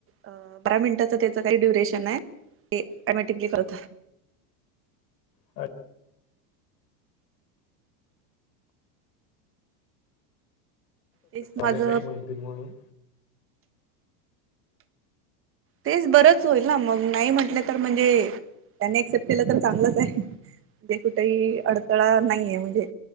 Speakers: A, on the right; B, on the left.
A: बारा मिनिटाच त्याच काही ड्युरेशन आहे ते अमीटिकली करत
B: अच्छा
A: तेच माझं
B: आले नाही म्हणतील म्हणून
A: तेच बरंच होईल ना मग नाही म्हटलं तर म्हणजे त्यानी एक्सेप्ट केलं तर चांगलंच आहे म्हणजे कुठेही अडथळा नाहीये म्हणजे